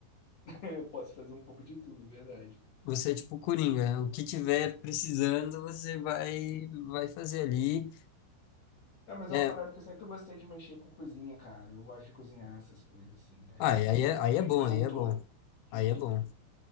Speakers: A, on the left; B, on the left.
A: <laughs> eu posso fazer um pouco de tudo, é verdade.
B: Você é tipo Coringa, o que tiver precisando, você vai vai fazer ali.
A: É, mas
B: É,
A: é uma parada que eu sempre gostei de mexer com cozinha, cara. Eu gosto de cozinhar essas coisas, assim. né? Aí,
B: ah, e aí é,
A: aí
B: aí
A: meio
B: é bom,
A: que juntou,
B: aí é bom. Aí
A: juntou.
B: é bom.